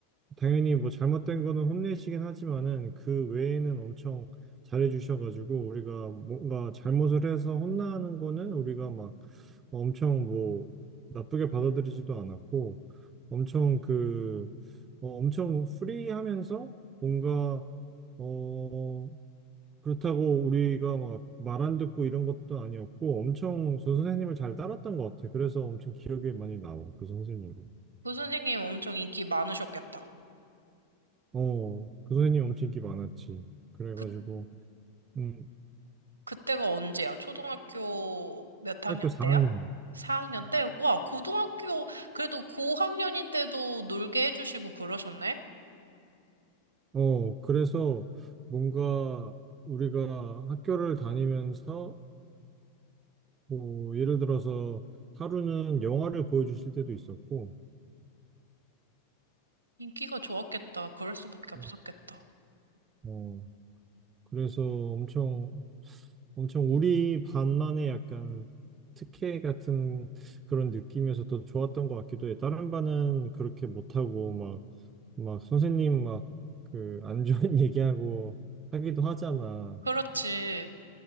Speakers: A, on the right (about 25°); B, on the right (about 80°).
A: 당연히 뭐 잘못된 거는 혼내시긴 하지만은 그 외에는 엄청 잘해주셔가지고 우리가 뭔가 잘못을 해서 혼나는 거는 우리가 막 엄청 뭐 나쁘게 받아들이지도 않았고 엄청 그 어, 엄청 프리하면서 뭔가 어 그렇다고 우리가 막 말 안 듣고 이런 것도 아니었고 엄청 그 선생님을 잘 따랐던 것 같아. 그래서 엄청 기억에 많이 남아. 그 선생님.
B: 그 선생님 엄청 인기 많으셨겠다.
A: 어, 그 선생님 엄청 인기 많았지. 그래가지고,
B: 그
A: 음,
B: 그때가 언제야? 초등학교 몇 학년
A: 학교 4학년.
B: 때야? 4학년 때? 와, 고등학교, 그래도 고학년인데도 놀게 해주시고 그러셨네?
A: 어, 그래서 뭔가 우리가 학교를 다니면서, 뭐, 예를 들어서 하루는 영화를 보여주실 때도 있었고,
B: 인기가 좋았겠다. 그럴 수밖에 없었겠다.
A: 어, 어, 그래서 엄청, 엄청 우리 반만의 약간 특혜 같은 그런 느낌이어서 더 좋았던 것 같기도 해. 다른 반은 그렇게 못하고, 막 선생님 막 그 안 좋은 <laughs> 얘기하고 하기도 하잖아.
B: 그렇지.